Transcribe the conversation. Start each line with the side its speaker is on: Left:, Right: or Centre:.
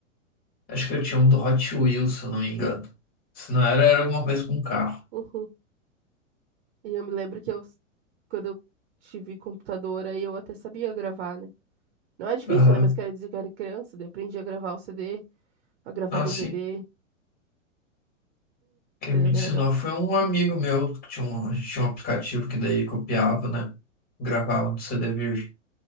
Left: acho que eu tinha um do Hot Wheels, se eu não me engano. Se não era, era alguma coisa com carro.
Right: Uhum. E eu me lembro que eu, quando eu tive computador, aí eu até sabia gravar, né? Não é difícil,
Left: Aham.
Right: né? Mas quero dizer que eu era criança, daí aprendi a gravar o CD, a gravar
Left: Ah,
Right: DVD,
Left: sim. Quem
Right: era
Left: me
Right: bem
Left: ensinou
Right: legal.
Left: foi um amigo meu que tinha um, a gente tinha um aplicativo que daí copiava, né? Gravava no CD virgem.